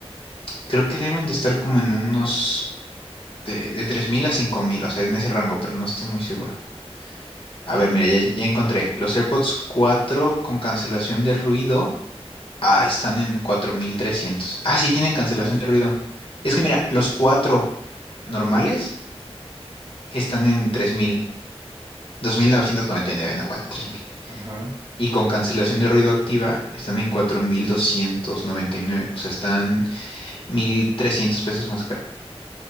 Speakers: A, on the left; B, on the right.
A: creo que deben de estar como en unos tre- de 3.000 a cinco mil. o sea, en ese rango, pero no estoy muy seguro. A ver, mira, ya, ya encontré. Los AirPods cuatro con cancelación de ruido. Ah, están en 4300. Ah, sí, tienen cancelación
B: Ah, sí.
A: de ruido. Es que mira, los
B: Ah,
A: 4 normales están en 3000. 2999, no, bueno, 3000.
B: Ajá.
A: Y con cancelación de ruido activa están en 4299. O sea, están 1300 pesos más caro.